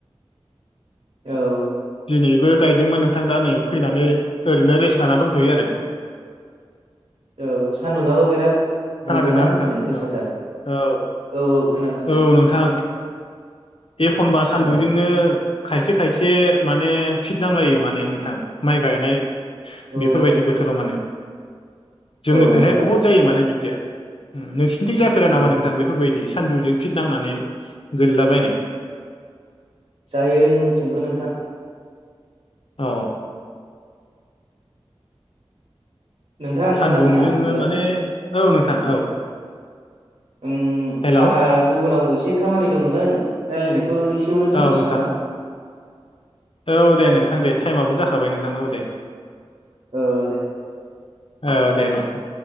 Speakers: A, on the right; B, on the left.
A: औ
B: दिनैबो गायदोंमोन नोंथां दा नै फैनानै ओरैनो रेस्ट लाना दंथ'यो आरो
A: औ सानदुंङाबो बिराद दुंदोंना
B: खोनादोंना नोंथां
A: दिनै गोसाथार
B: औ औ
A: औ औ खोनागासिनो
B: औ नोंथां एखनबा सानदुंजोंनो
A: औ
B: खायसे खायसे माने फिट नांलायो माने नोंथां माइ गायनाय
A: औ
B: बेफोरबायदि बोथोराव माने जोंनोखैहाय
A: औ नोंथां
B: बहुद जायो माने बिदिया नोंसिनिथिं जाफेरा
A: औ
B: नामा नोंथां बेफोरबायदि? सानदुंजों फिद नांनानै गोलैलाबायनाय?
A: जायो जोंनिथिंबो नोंथां
B: अ
A: नोंथां आं
B: सानदुंजोंनो
A: खोनादों ना हेल'
B: माने औ नोंथां औ।
A: ओम
B: हेल'
A: आंहा गुबुनाव एसे खामानि दंमोन रायलायनायखौ। एसेयावनो दोन्थ'सै
B: औ नोंथां
A: नामा?
B: औ दे नोंथां दे टाइमाबबो जाखाबाय नोंथां औ दे।
A: औ दे।
B: औ दे नोंथां।